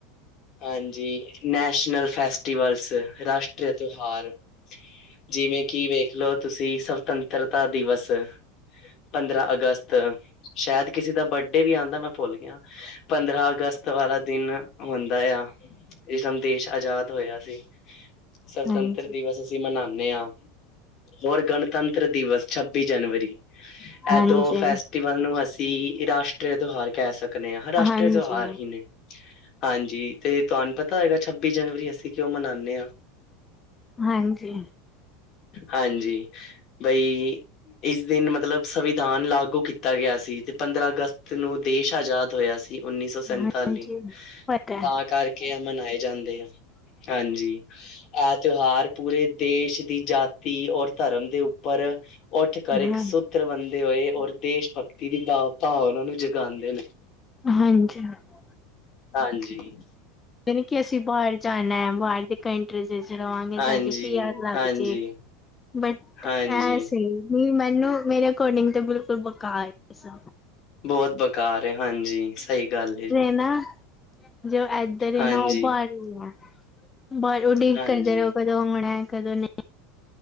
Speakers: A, on the left; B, on the left.
A: ਹਾਂਜੀ, ਨੈਸ਼ਨਲ ਫੈਸ ਰਾਸ਼ਟਰੀ ਤਿਉਹਾਰ ਜਿਵੇਂ ਕਿ ਵੇਖ ਦੇਖ ਲਓ, ਤੁਸੀਂ ਸੁਤੰਤਰਤਾ ਦਿਵਸ ਪੰਦਰਾਂ ਅਗਸਤ ਸ਼ਾਇਦ ਕਿਸੇ ਦਾ ਬਰਡੇ ਵੀ ਆਂਦਾ ਐ, ਮੈਂ ਭੁੱਲ ਗਿਆ। ਪੰਦਰਾਂ ਅਗਸਤ ਵਾਲਾ ਦਿਨ ਹੁੰਦਾ। ਆ ਇਸ ਦਿਨ ਦੇਸ਼ ਆਜ਼ਾਦ ਹੋਇਆ ਸੀ। ਸੁਤੰਤਰ
B: ਹਾਂਜੀ,
A: ਦਿਵਸ ਅਸੀਂ ਮਨਾਣੇ ਆ। ਹੋਰ ਗਣਪ ਸੁਤੰਤਰ ਦਿਵਸ, ਛੱਬੀ ਜਨਵਰੀ,
B: ਹਾਂਜੀ,
A: ਐਦੋ ਫੈਸਟੀਵਲ ਨੂੰ ਅਸੀਂ ਰਾਸ਼ਟਰੀ ਤਿਉਹਾਰ ਕਹਿ ਸਕਦੇ ਆ। ਰਾਸ਼ਟਰੀ
B: ਹਾਂਜੀ,
A: ਤਿਉਹਾਰ ਹੀ ਨੇ ਹਾਂਜੀ। ਤੇ ਤੁਹਾਨੂੰ ਪਤਾ ਹੈਗਾ ਛੱਬੀ ਜਨਵਰੀ ਅਸੀਂ ਕਿਉਂ ਮਨਾਣੇ ਆ?
B: ਹਾਂਜੀ।
A: ਹਾਂਜੀ। ਬਈ ਇਸ ਦਿਨ ਮਤਲਬ ਸੰਵਿਧਾਨ ਲਾਗੂ ਕੀਤਾ ਗਿਆ ਸੀ, ਤੇ ਪੰਦਰਾਂ ਅਗਸਤ ਨੂੰ ਦੇਸ਼ ਆਜ਼ਾਦ ਹੋਇਆ ਸੀ। ਉੱਨੀ ਸੌ ਸੰਤਾਲੀ
B: ਹਾਂਜੀ, ਪਤਾ,
A: ਤਾਂ ਕਰਕੇ ਕੇ ਮਨਾਏ ਜਾਂਦੇ ਆ। ਹਾਂਜੀ। ਇਹ ਤਿਉਹਾਰ ਪੂਰੇ ਦੇਸ਼ ਦੀ ਜਾਤੀ ਔਰ ਧਰਮ ਦੇ ਉੱਪਰ ਉੱਠ ਕਰ ਇੱਕ
B: ਹਾਂ,
A: ਸੂਤਰ ਬੰਦੇ ਹੋਏ। ਔਰ ਦੇਸ਼ ਭਗਤੀ ਦੀ ਭਾਵ ਉਹਨਾ ਨੂੰ ਗਾਉਂਦੇ ਨੇ
B: ਹਾਂਜੀ।
A: ਹਾਂਜੀ।
B: ਕਿ ਅਸੀਂ ਬਾਹਰ ਜਾਣਾ ਹੈ ਬਾਹਰ ਦੇ। ਕੰਟਰੀਜ਼ ਵਿੱਚ ਜਾਈਏ
A: ਹਾਂਜੀ
B: ਸਾਡੇ ਵੀ ਪੀ ਆਰ ਲੱਗ
A: ਹਾਂਜੀ
B: ਜੇ ਬਟ
A: ਹਾਂਜੀ
B: ਐਸਹੀ। ਨਹੀਂ ਮੈਨੂੰ ਮੇਰੇ ਅਕੋਰਡਿੰਗ ਤੇ ਬਿਲਕੁਲ ਬੇਕਾਰ ਏ।
A: ਬਹੁਤ ਬੇਕਾਰ ਏ ਹਾਂਜੀ ਸਹੀ ਗੱਲ ਜੀ।
B: ਹੈਨਾ। ਜੋ ਏਧਰੇ
A: ਹਾਂਜੀ
B: ਨਾ ਉਹ ਬਾਹਰ ਨੀ ਹੈ'ਬਾਹਰ ਉਡੀਕ
A: ਹਾਂਜੀ
B: ਕਰਦੇ ਰਹੇੋ। ਕਦੋ ਆਉਣਾ ਕਦੋ ਨੀ।